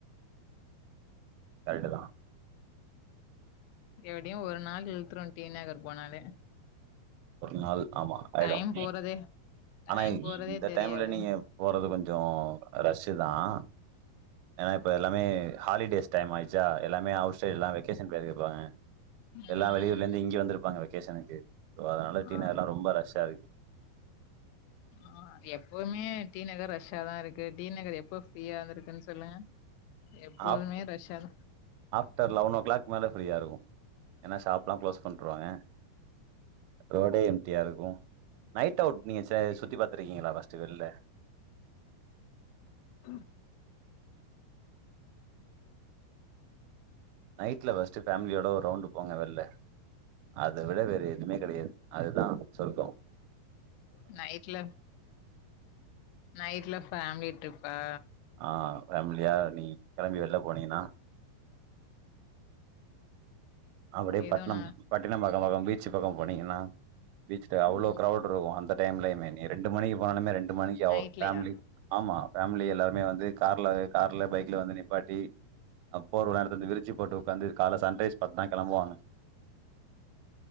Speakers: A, on the right (about 85°); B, on the left (about 85°).
A: கரெட்டுதான்
B: எப்படியும் ஒரு நாள் இழுத்துரும் டீநகர் போனாலே
A: ஒரு நாள் ஆமாம் ஆயிடும்
B: டைம் போறதே டைம்
A: ஆனால்
B: போறதே
A: இந்த
B: தெரியாது
A: டைம்ல நீங்க போறது கொஞ்சம் ரஷ் தான் ஏன்னா இப்ப எல்லாமே ஹாலிடேஸ் டைம் ஆயி தியா எல்லாமே அவுட் சைடுல்லாம் வெகேஷன் வெளிய போவாங்க
B: ம்
A: எல்லா வெளியூர்ல இருந்து இங்கே வந்திருப்பாங்க வெக்கேஷனுக்கு ஏ ஓ அதுனால டீ
B: ஆ
A: நகர் எல்லாம் ரொம்ப ரஷ்ஷா இருக்கு
B: ஆஹ எப்பவுமே டி நகர் ரஷ்ஷாதான் இருக்கு டி நகர் எப்போ ஃப்ரீயாந்து இருக்குன்னு சொல்லுங்க எப்போதுமே
A: ஆஃப்ட்
B: ரஷ்ஷாதா
A: ஆஃப்டர் லெவன் ஓ கிளாக் மேல ஃப்ரீயா இருக்கும் ஏன்னா ஷாப்லாம் க்ளோஸ் பண்ருவாங்க ரோடே எம்டியா இருக்கும் நைட் அவுட் நீங்க சுத்தி பாத்திருக்கீங்களா ஃபஸ்ட் வெளில
B: உம்
A: நைட்ல ஃபஷ்டு ஃபேமிலியோட ஒரு ரவுண்டு போங்க வெளில அத விட வேற எதுவுமே கிடையாது அதுதான் சொர்க்கம்
B: நைட்ல நைட்ல ஃபேமிலி ட்ரிப்பா
A: ஆஹ் ஃபேமிலியா நீ கிளம்பி வெல்ல போனீங்கன்னா அப்படியே
B: எதுனா
A: பட்னம் பட்டினப்பாக்கம் வரும் பீச் பக்கம் போனீங்கன்னா பீச்ல அவ்ளோ
B: ம்
A: கிரௌடு இருக்கும் அந்த டைம்லயுமே நீ ரெண்டு மணிக்கு போனாலுமே ரெண்டு மணிக்கு
B: நைட்லயா
A: ஃபேமிலி ஆமா ஃபேமிலி எல்லாருமே வந்து கார்ல கார்ல பைக் வந்து நிப்பாட்டி போர்வ எல்லா எடுத்து வந்து விரச்சி போட்டு உட்காந்து கால சன்ரைஸ் பாத்து தான் கிழம்புவாங்க